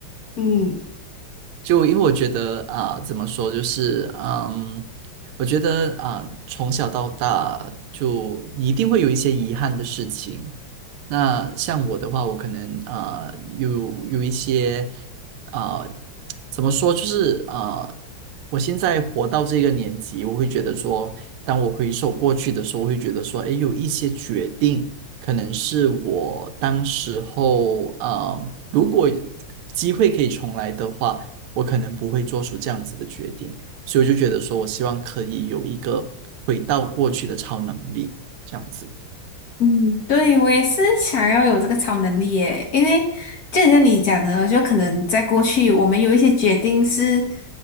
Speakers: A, on the left (about 60°); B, on the right (about 85°).
A: 嗯
B: 就因为我觉得啊、怎么说，就是嗯，我觉得啊、从小到大，就你一定会有一些遗憾的事情。那像我的话，我可能啊、有有一些啊、怎么说，就是啊、我现在活到这个年纪，我会觉得说，当我回首过去的时候，我会觉得说，诶，有一些决定。可能是我当时候，啊，如果机会可以重来的话，我可能不会做出这样子的决定，所以我就觉得说，我希望可以有一个回到过去的超能力，这样子。
A: 嗯，对，我也是想要有这个超能力耶，因为就像你讲的，就可能在过去，我们有一些决定是